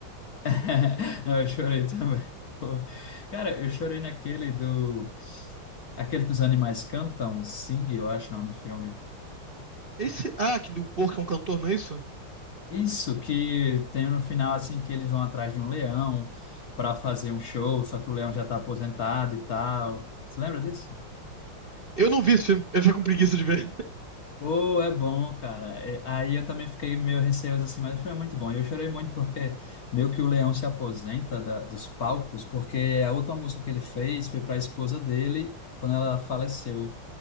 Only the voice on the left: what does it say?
<laughs> Não, eu chorei também. Pô. Cara, eu chorei naquele do. Aquele que os animais cantam, Sing, eu acho, não, do filme.
Isso, que tem no final, assim, que eles vão atrás de um leão para fazer um show, só que o leão já tá aposentado e tal. Você lembra disso?
Oh, é bom, cara. É, Aí eu também fiquei meio receoso assim, mas o filme é muito bom. Eu chorei muito porque meio que o Leão se aposenta da- dos palcos, porque a última música que ele fez foi para a esposa dele quando ela faleceu.